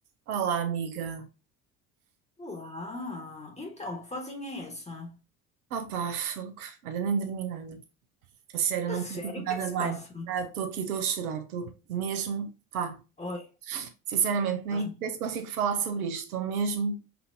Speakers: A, on the right; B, on the left.
A: Olá, amiga.
B: Olá, então, que vozinha é essa?
A: opa, fogo. Olha, nem dormi nada. A sério,
B: A
A: não
B: sério,
A: me sinto
B: o
A: nada
B: que é que se
A: bem.
B: passa?
A: Ah, Estou aqui, estou a chorar. Estou mesmo, pá.
B: Oi,
A: Sinceramente, nem
B: pasmo.
A: sei se consigo falar sobre isto. Estou mesmo,